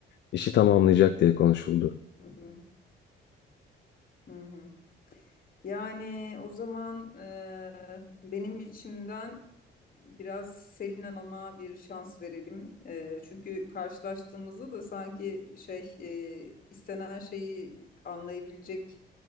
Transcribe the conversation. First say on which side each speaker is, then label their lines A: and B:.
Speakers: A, on the left (about 60°); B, on the left (about 45°).
A: işi tamamlayacak diye konuşuldu.
B: Hı hı. Hı hı. Yani o zaman eee, benim içimden biraz Selin Hanım'a bir şans verelim. Eee, çünkü karşılaştığımızda da sanki şey eee, istenen şeyi anlayabilecek